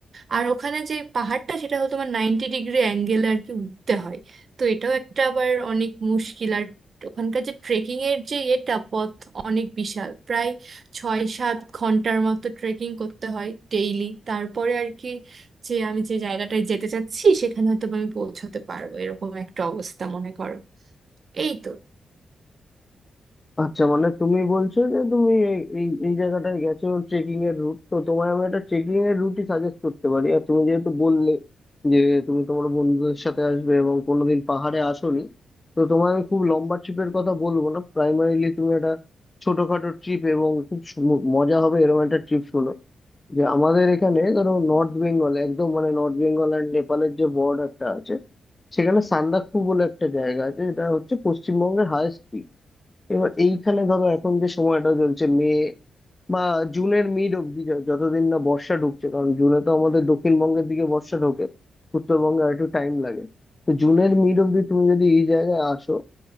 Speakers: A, on the right; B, on the left.
A: আর ওখানে যে পাহাড়টা সেটা হলো তোমার নাইনটি ডিগ্রি অ্যাঙ্গেলে আর কি উঠতে হয় তো এটাও একটা আবার অনেক মুশকিল আর ওখানকার যে ট্রেকিং এর যে এটা পথ অনেক বিশাল প্রায় ছয় সাত ঘন্টার মতো ট্রেকিং করতে হয় ডেইলি তারপরে আর কি যে আমি যে জায়গাটায় যেতে চাচ্ছি সেখানে হয়তো বা আমি পৌঁছাতে পারবো এরকম একটা অবস্থা মনে করো এই তো
B: আচ্ছা মানে তুমি বলছো যে তুমি এই এই এই জায়গাটায় গেছো ট্রেকিং এর রুট তো তোমায় আমি একটা ট্রেকিং এর রুটই সাজেস্ট করতে পারি আর তুমি যেহেতু বললে যে তুমি তোমার বন্ধুদের সাথে আসবে এবং কোনোদিন পাহাড়ে আসোনি তো তোমায় আমি খুব লম্বা ট্রিপের কথা বলবো না প্রাইমারিলি তুমি একটা ছোটখাটো ট্রিপ এবং খুব সু- মজা হবে এরকম একটা ট্রিপ শোনো যে আমাদের এখানে ধরো নর্থ বেঙ্গল একদম মানে নর্থ বেঙ্গল অ্যান্ড নেপালের যে বর্ডারটা আছে সেখানে সান্দাকফু বলে একটা জায়গা আছে যেটা হচ্ছে পশ্চিমবঙ্গের হায়েস্ট এবার এইখানে ধরো এখন যে সময়টা চলছে মে বা জুনের মিড অব্দি য- যতদিন না বর্ষা ঢুকছে কারণ জুনে তো আমাদের দক্ষিণবঙ্গের দিকে বর্ষা ঢোকে উত্তরবঙ্গে আর একটু টাইম লাগে তো জুনের মিড অব্দি তুমি যদি এই জায়গায় আসো